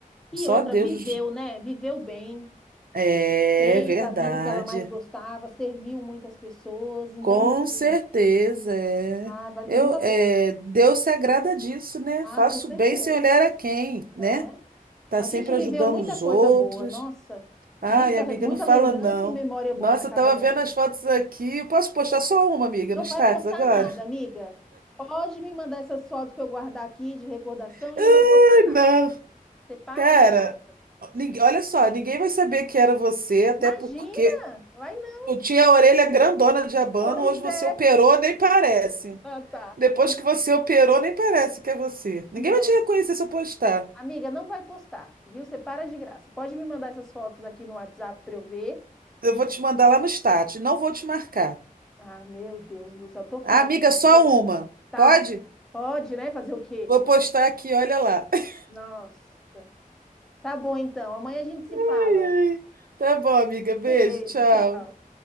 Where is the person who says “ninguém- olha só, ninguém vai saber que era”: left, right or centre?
Right